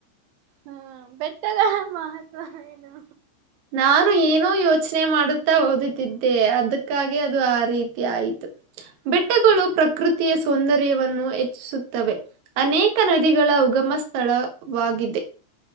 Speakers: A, on the right; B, on the right.
A: ಹ್ಮ ಬೆಟ್ಟದ ಮಹತ್ವ ಏನು
B: ನಾನು ಏನೋ ಯೋಚನೆ ಮಾಡುತ್ತಾ ಓದುತ್ತಿದ್ದೆ ಅದಕ್ಕಾಗಿ ಅದು ಆ ರೀತಿ ಆಯ್ತು ಬೆಟ್ಟಗಳು ಪ್ರಕೃತಿಯ ಸೌಂದರ್ಯವನ್ನು ಹೆಚ್ಚಿಸುತ್ತವೆ ಅನೇಕ ನದಿಗಳ ಉಗಮ ಸ್ಥಳವಾಗಿದೆ